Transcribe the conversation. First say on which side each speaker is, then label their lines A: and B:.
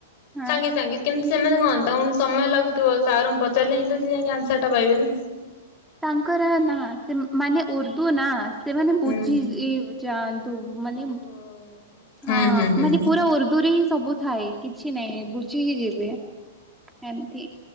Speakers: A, in the centre; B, on the left (about 50°).
A: ହଁ
B: ସାଙ୍ଗେ ସାଙ୍ଗେ। କିନ୍ତୁ ସେମାନେ କଣ ତାଙ୍କୁ ସମୟ ଲାଗୁଥିବ ସାରଙ୍କୁ ପଚାରିଲେ ହିଁ ତ ସେ ଯାଇଁକି ଆନ୍ସର ଟା ପାଇବେ ନା।
A: ତାଙ୍କର ନା ସେ ମାନେ ଉର୍ଦ୍ଦୁ ନା। ସେମାନେ ବୁଝି
B: ହୁଁ ହୁଁ।
A: ଯାଆନ୍ତୁ ମାନେ
B: ଓହୋ। ହୁଁ
A: ହଁ
B: ହୁଁ ହୁଁ
A: ମାନେ ପୁରା ଉର୍ଦ୍ଦୁ ରେ ହିଁ ସବୁ ଥାଏ କିଛି ନାଇଁ ବୁଝିି ଏମିତି